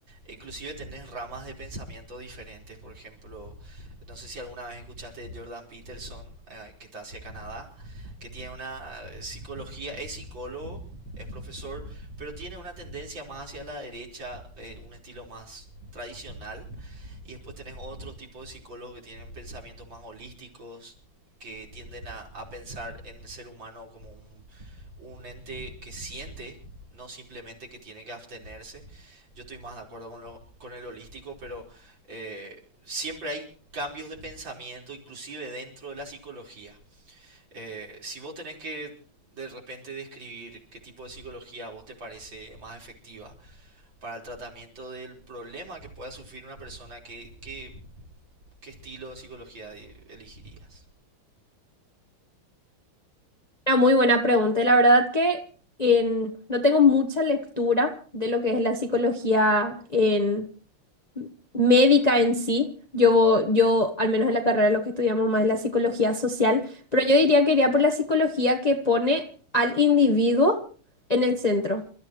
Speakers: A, on the right; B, on the left.
A: inclusive tenés ramas de pensamiento diferentes. Por ejemplo, no sé si alguna vez escuchaste de Jordan Peterson, eh, que está hacia Canadá, que tiene una eh, psicología, es psicólogo, es profesor, pero tiene una tendencia más hacia la derecha, eh, un estilo más tradicional. Y después tenés otro tipo de psicólogos que tienen pensamientos más holísticos, que tienden a, a pensar en el ser humano como un, un ente que siente, no simplemente que tiene que abstenerse. Yo estoy más de acuerdo con, lo, con el holístico, pero eh, siempre hay cambios de pensamiento, inclusive dentro de la psicología. Eh, si vos tenés que de repente describir qué tipo de psicología a vos te parece más efectiva para el tratamiento del problema que pueda sufrir una persona, ¿qué, qué, qué estilo de psicología elegirías?
B: Una muy buena pregunta. y La verdad que en- no tengo mucha lectura de lo que es la psicología en, médica en sí. Yo, yo, al menos en la carrera, lo que estudiamos más es la psicología social, pero yo diría que iría por la psicología que pone al individuo en el centro.